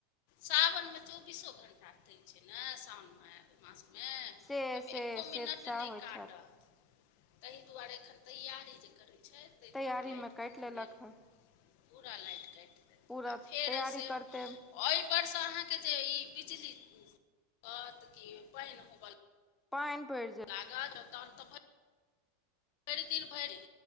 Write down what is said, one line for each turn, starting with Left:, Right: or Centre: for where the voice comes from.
Left: सावनमे चौबीसो घण्टा दै छै ने सउन मे मासमे ओहिमे
Centre: से से
Left: एक्को
Centre: से
Left: मिनट
Centre: सएह
Left: नहि
Centre: होइत
Left: काटत
Centre: हैत
Left: ताहि दुआरे एखन तैयारी जे करै छै
Centre: तैयारी
Left: दुआरे लाइट
Centre: मे काटि
Left: कटने
Centre: लेलक हँ
Left: पूरा लाइट काइट दैत
Centre: पूरा
Left: आ फेर
Centre: तैयारी
Left: से।
Centre: करते
Left: ओय पर से अहाँ के जे ई बिजली आयत की पानि होबो
Centre: पानि पड़ि ज
Left: लागत तहन तऽ भरि दिन भरि